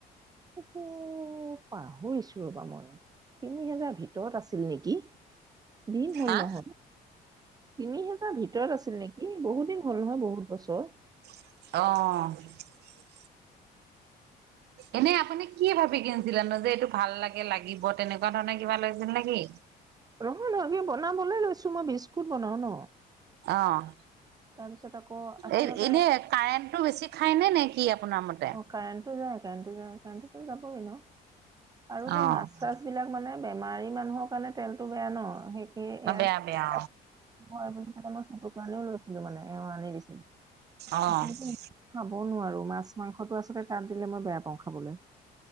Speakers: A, on the right (about 25°); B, on the right (about 75°).
A: এইটো পাহৰিছো ৰ'বা মই, তিনি হেজাৰৰ ভিতৰত আছিল নেকি দিন হল
B: হা
A: নহয় তিনি হেজাৰৰ ভিতৰত আছিল নেকি, বহুত দিন হ'ল নহয়, বহুত বছৰ।
B: অ' এনেই আপুনি কি ভাবি কিনিছিলেনো যে এইটো ভাল লাগে, লাগিব, তেনেকুৱা ধৰণে কিবা লৈছিল নে কি?
A: নহয়, নহয়, এনে বনাবলৈ লৈছো মই, বিস্কুট বনাওঁ ন?
B: অ'।
A: তাৰপিছত আকৌ আচলতে
B: এ, এনে কাৰেণ্টটো বেছি খায় নে, নে কি আপোনাৰ মতে?
A: অ কাৰেণ্টো যায়। কাৰেন্টটো যায়, কাৰেণ্টটোতো যাবই ন? আৰু সেই
B: অ
A: মাছ চাছ বিলাক মানে বেমাৰী মানুহৰ কাৰণে তেলটো বেয়া ন, সেই সেই‌এয়া
B: বেয়া বেয়া
A: <unintelligible> স আনিও লৈছিলো মানে এওঁ আনি দিছিলে। সকল
B: অ অ
A: খাবও নোৱাৰো। মাছ মাংসটো আচলতে তাত দিলে মই বেয়া পাওঁ। খাবলৈ।